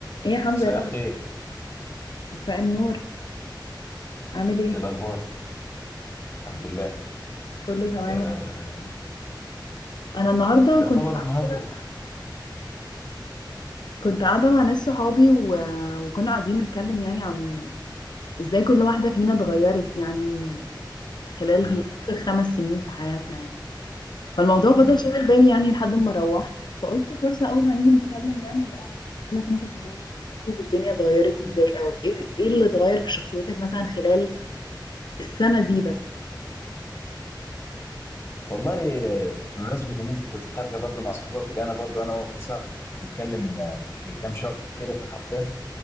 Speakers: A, on the left (about 65°); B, on the left (about 30°).
A: ايه يا حمزة
B: مساء
A: يا الأخبار
B: الخير
A: مساء النور عامل ايه
B: ايه الاخبار الحمد لله
A: كله تمام
B: آه
A: الحمد لله انا النهارده
B: يعتبر
A: كنت قاعده
B: النهارده
A: كده كنت قاعده مع ناس صحابي و... وكنا قاعدين نتكلم يعني عن ازاي كل واحده فينا اتغيرت يعني م- خلال
B: مم.
A: اخر خمس سنين في حياتنا يعني فالموضوع فضل
B: مم.
A: شغال بالي يعني لحد ما روحت فقلت فرصه اول ما نيجي نتكلم يعني بقى اسالك انت كمان حاسس الدنيا اتغيرت ازاي
B: مم.
A: او ايه ايه اللي اتغير في شخصيتك مثلا خلال السنه دي بس
B: والله آه، بمناسبه ان انت كنت خارجه برضو مع صحباتك انا برضو انا واحد صاحبي بنتكلم آه، من كام شهر كده في الحوار ده